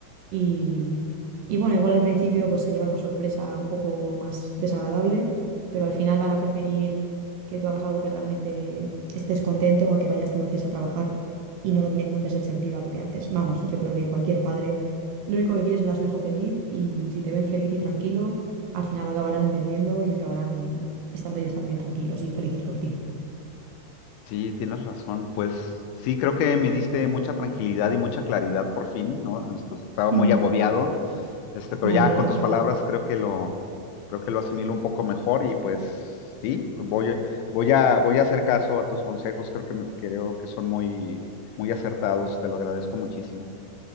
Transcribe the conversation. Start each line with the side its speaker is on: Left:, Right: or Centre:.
Right: Y, y bueno, igual al principio pues se llevan una sorpresa un poco más desagradable, pero al final van a preferir que tú hagas algo que realmente estés contento o que vayas todos los días a trabajar y no le encuentres el sentido a lo que haces. Vamos, yo creo que cualquier padre lo único que quiere es ver a su hijo feliz y si te ven feliz y tranquilo, al final lo acabarán entendiendo y acabarán estando ellos también tranquilos y felices por ti.
Left: Sí, tienes razón. Pues sí, creo que me diste mucha tranquilidad y mucha claridad por fin, ¿no? Esto, estaba muy
Right: Mm,
Left: agobiado, este, pero
Right: me
Left: ya
Right: alegro.
Left: con tus palabras creo que lo, creo que lo asimilo un poco mejor y pues sí, voy, a- voy a, voy a hacer caso a tus consejos. Creo que, me- creo que son muy, muy acertados. Te lo agradezco muchísimo.